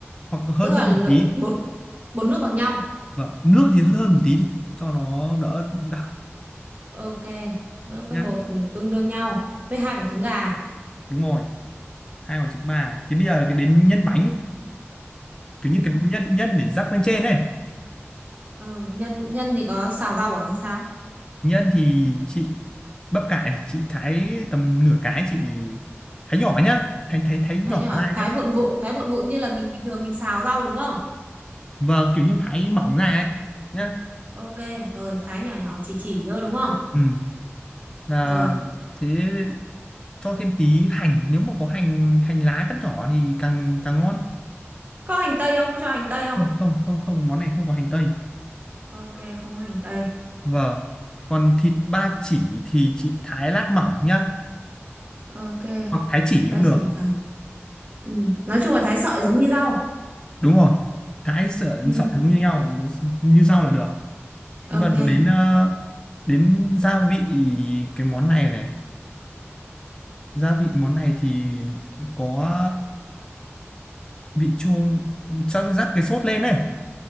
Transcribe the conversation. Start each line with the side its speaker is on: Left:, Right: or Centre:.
Left: hoặc hơn
Right: tức là
Left: hơn
Right: lượng
Left: một tí
Right: bột bột nước bằng nhau
Left: vâng nước thì hơn hơn một tí đi cho nó đỡ đặc
Right: ok nước
Left: nhá
Right: với bột tương đương nhau với hai quả trứng gà
Left: đúng rồi hai quả trứng bà thì bây giờ cái đến nhân bánh kiểu
Right: ừ
Left: như cái nhân nhân để rắc lên trên này
Right: ờ nhân nhân thì có xào rau à hay sao
Left: nhân thì chị bắp cải thì chị thái tầm nửa cái chị thái nhỏ nhá thái thái thái nhỏ
Right: thái nhỏ
Left: ra
Right: thái
Left: nhá
Right: vụn vụn thái vụn vụn như là mình bình thường mình xào rau đúng không
Left: vâng kiểu như thái mỏng ra ấy nhá
Right: Ok, rồi thái nhỏ nhỏ chỉ chỉ thôi đúng không?
Left: ừ là
Right: Rồi,
Left: thế cho thêm tí hành nếu mà có hành hành lá cắt nhỏ thì càng càng ngon
Right: có hành tây không? Có cho hành tây không?
Left: không không không không món này không có hành tây
Right: Ok, không có hành tây.
Left: vâng còn thịt ba chỉ thì chị thái lát mỏng nhá
Right: Ok,
Left: hoặc thái chỉ
Right: thịt ba
Left: cũng được
Right: chỉ thả. Ừ. Nói chung là thái sợi giống như rau.
Left: đúng rồi cái sợi
Right: Ừ,
Left: sợi giống như nhau như rau là được
Right: ok.
Left: nhưng mà đầu đến ờ, đến gia vị cái món này này gia vị món này thì có vị chua cho rắc cái sốt lên này